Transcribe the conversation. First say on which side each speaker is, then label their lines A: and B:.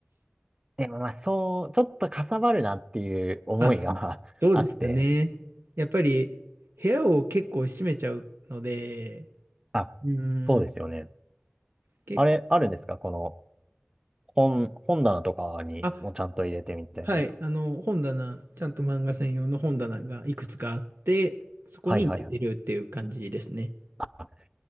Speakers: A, on the right; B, on the right.
A: でもまあそう、ちょっとかさばるなっていう思いが
B: あ、
A: <laughs>
B: そうですよね。
A: あって、
B: やっぱり部屋を結構閉めちゃうので、
A: あ、
B: うーん、
A: そうですよね。
B: 結構。
A: あれ、あるんですかこの、本、本棚とかにもちゃんと入れてみたいな。
B: あはい、あの、本棚、ちゃんと漫画専用の本棚がいくつかあって、そこに入れてるっていう感じですね。
A: はいはいはい。あ、